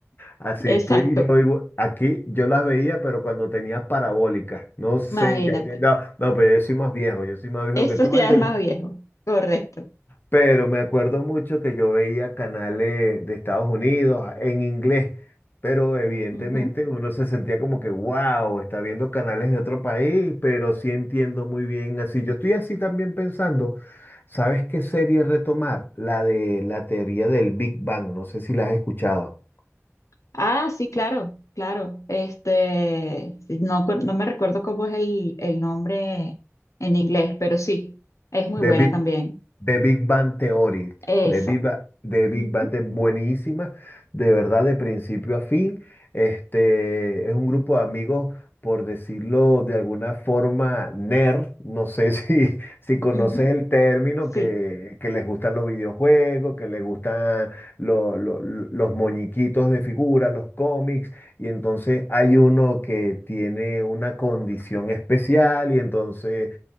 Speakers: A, on the left (about 40°); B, on the left (about 75°).
A: Así
B: Exacto,
A: estoy yo digo, aquí yo las veía, pero cuando tenía parabólica. No sé,
B: imagínate.
A: ya, ya- no, no, pero yo soy más viejo, yo soy más viejo
B: Eso
A: que tú,
B: ya
A: Ángel.
B: es más viejo, correcto.
A: Pero me acuerdo mucho que yo veía canales de Estados Unidos en inglés, pero evidentemente
B: Ujú.
A: uno se sentía como que, wow, está viendo canales de otro país, pero sí entiendo muy bien así. Yo estoy así también pensando, ¿sabes qué serie retomar? La de la teoría del Big Bang, no sé si la has escuchado.
B: Ah, sí, claro, claro. Este, sí, no, cu- no me recuerdo cómo es el, el nombre en inglés, pero sí, es muy
A: The
B: buena
A: Big,
B: también.
A: The Big Bang Theory.
B: Esa.
A: The Big Ba- The Big
B: Ujú,
A: Bang Theory, buenísima, de verdad, de principio a fin. Este, es un grupo de amigos, por decirlo de alguna forma, nerd. No sé si, <laughs> si conoces
B: ujú,
A: el término,
B: Sí,
A: que, que les gustan los videojuegos, que les gustan lo- lo- lo- los moñiquitos de figura, los cómics. Y entonces hay uno que tiene una condición especial y entonces